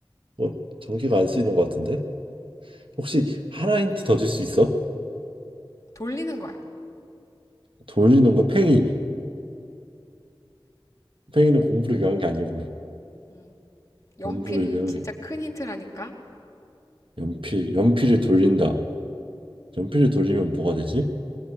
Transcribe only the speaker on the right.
뭐, 전기가 안 쓰이는 것 같은데? 혹시 하나 힌트 더 줄 수 있어?
돌리는 거 팽이. 팽이는 공부를 위한 게 아니고,
공부를
위한
게.
연필, 연필을 돌린다. 연필을 돌리면 뭐가 되지?